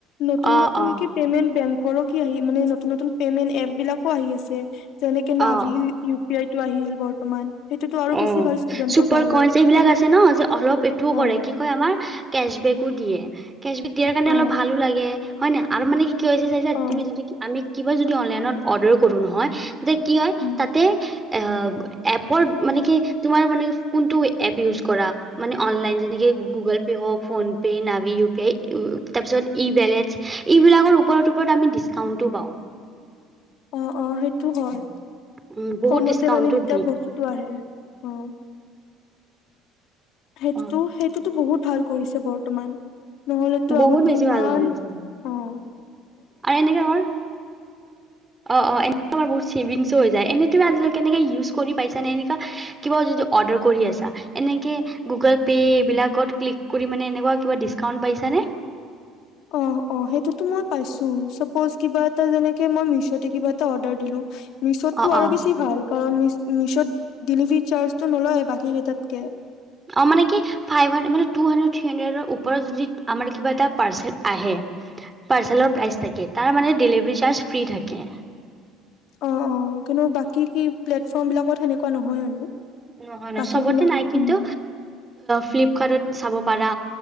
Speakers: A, on the left; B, on the right.
A: নতুন,
B: অ
A: নতুন
B: অ
A: কি পেমেট বেংক কৰক কি আহিল, মানে নতুন, নতুন পে'মেট এপ বিলাক আকৌ আহি আছে যেনেকে নাভি
B: অ
A: উ পি আই টো আহিল বৰ্তমান সেইটোতো আৰু বেছি
B: অহ,
A: ভাল ষ্টুডেন্টৰ
B: চুপাৰ
A: কাৰণে।
B: কইনচ এইবিলাক আছে ন। যে অলপ এইটোও
A: অ',
B: কৰে, কি কয় আমাৰ কেচবেকো দিয়ে। কেচবেক দিয়াৰ কাৰণে
A: অ',
B: অলপ ভালো লাগে, হয় ন। আৰু মানে কি কি হৈছে চাইছা
A: অ',
B: তুমি যদি কি আমি কিবা যদি অনলাইনত অৰ্ডাৰো কৰো নহয় তেতিয়া কি হয়
A: উম,
B: তাতে। এ এপৰ। মানে কি তোমাৰ মানে কোনটো এপ উইচ কৰা অনলাইন যেনেকে গুগলপে হওঁক ফোনপে নাভি উইপিআই তাৰ পিছত ই ৱালেট এইবিলাকৰ ওপৰত ওপৰত আমি ডিছকাউণ্ট ও পাওঁ।
A: অহ অহ সেইটো হয়।
B: উম বহুত
A: কমতে
B: ডিচকাউন্টো
A: মানে যেতিয়া
B: দি
A: বস্তুতটো আহে। অহ। সেইটোতো
B: অ
A: সেইটোতো বহুত ভাল কৰিছে বৰ। বৰ্তমান। নহলেতো
B: বহুত
A: আগতে
B: বেছি
A: ইমান
B: ভাল কৰিছে
A: অহ।
B: আৰু এনেকে হ'ল, অহ অহ এনে আমাৰ বহুত ছেভিংও হৈ যায় এনেইটো আজিলৈ। কেনেকা উইছ কৰি পাইছা নে এনেকা কিবা যদি অৰ্ডাৰ কৰি আছা এনেকে গুগল পে এইবিলাকত ক্লিক কৰি ডিছকাউণ্ট পাইছা নে।
A: অহ অহ সেইটোতো মই পাইছোঁ, চাপচ কিবা এটা যেনেকে মই মিছোত কিবা এটা অৰ্ডাৰ দিলোঁ। মিছোতটো
B: অ',
A: আৰু
B: অ'।
A: বেছি ভাল কাৰণ মিছো। মিছোত ডেলিভাৰী চাৰ্জটো নলয় বাকী কেইটাতকৈ।
B: অ মানে কি ফাইভ হা মানে টু হান্দ্ৰেড থ্ৰী হান্দ্ৰেড ওপৰত যদি আমাৰ কিবা এটা। পাৰ্চেল আহে পাৰ্চেলৰ প্ৰাইচ থাকে তাৰ মানে ডেলিভাৰী চাৰ্জ ফ্ৰি থাকে।
A: অহ অহ কিন্তু বাকী কি প্লেটফৰ্ম বিলাকত সেনেকুৱা নহয় আৰু।
B: নহয় নহয়
A: বাকী
B: চবতে
A: বিলাক
B: নাই কিন্তু,
A: উম,
B: ফ্লিপকাৰ্টত চাব পাৰা।